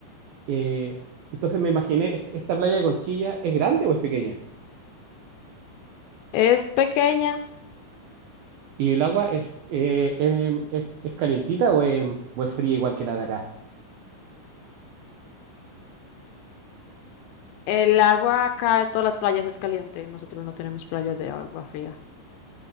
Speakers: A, on the right; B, on the left.
A: Eh, entonces me imaginé, ¿est- ¿esta playa de Conchilla es grande o es pequeña?
B: Es pequeña.
A: ¿Y el agua es, eh, em, es, es calientita o em- o es fría igual que la de acá?
B: El agua acá de todas las playas es caliente. Nosotros no tenemos playas de agua fría.